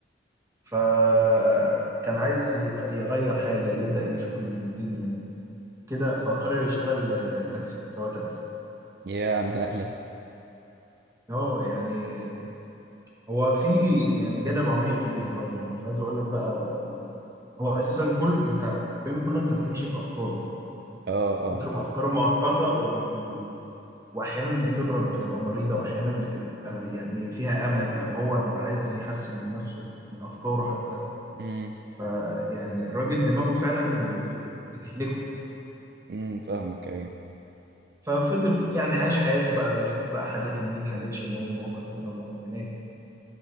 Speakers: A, on the right; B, on the right.
A: فكان عايز يق- يغير حاجة يبدأ يشوف الدنيا كده فقرر يشتغل آه، تاكسي سواق تاكسي
B: يا عن نقلة
A: اه يعني هو في يعني جانب عميق ليها برضه يعني أنا مش عايز اقول لك بقى يعني هو اساسا كل انت الفيلم كله انت بتمشي في افكاره
B: اه
A: من
B: اه
A: كتر ما افكاره معقده و... و... واحيانا بتمرض بتبقى مريضه واحيانا بتبقى يعني فيها امل او هو بيبقى عايز يحسن من نفسه من افكاره حتى
B: امم
A: فيعني الراجل دماغه فعلا ب... ب... بتهلكه
B: امم فاهمك ايوه
A: ففضل يعني عايش حياته بقى بيشوف بقى حاجات يمين حاجات شمال مواقف هنا مواقف هناك